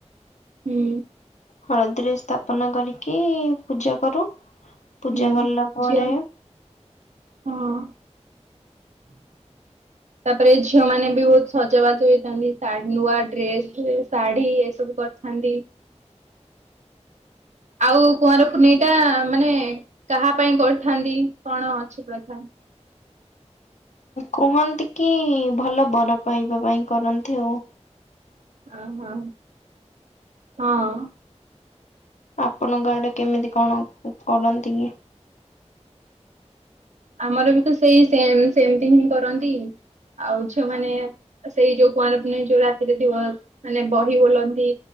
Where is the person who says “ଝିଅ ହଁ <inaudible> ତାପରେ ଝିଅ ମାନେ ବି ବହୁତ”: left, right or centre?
Right